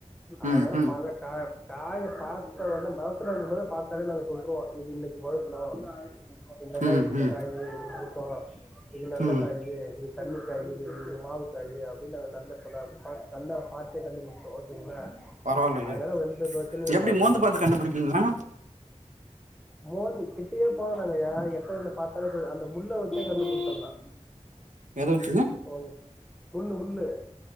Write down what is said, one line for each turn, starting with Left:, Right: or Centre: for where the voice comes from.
Right: ம்
Centre: அதனால
Right: ம்
Centre: பாதக் காய பாத்த ஒடனே மரத்துல இருக்கும் போதே பாத்தாலே நாங்க சொல்ருவோம் இது இன்னைக்கு பழுக்கணு இந்த காய்
Right: ம்
Centre: இந்த
Right: ம்
Centre: காய் இருக்கும் இது நல்ல
Right: ம்
Centre: காயி இரு தண்ணிக்காயி மாவு காய் அப்டின்னு அத நல்ல சொல்ல அட ப கண்ணால பாத்தே கண்டு புடிச்சிடுவோம் ஓகேங்களா
Right: பரவாயில்யேங்க
Centre: அதனால எந்த பிரச்சனையும்
Right: எப்டி
Centre: இல்ல
Right: மோந்து
Centre: உங்களுக்கு
Right: பாத்து கண்டுபிடிப்பீங்களா
Centre: மோந்து கிட்டியே போவ வேன்டாங்கயா எட்ட இருந்து பாத்த அந்த முள்ள வச்சே கன்டு கண்டுபிடிச்சிரலா
Right: எதை வெச்சீங்க
Centre: ஓ முள்ளு முள்ளு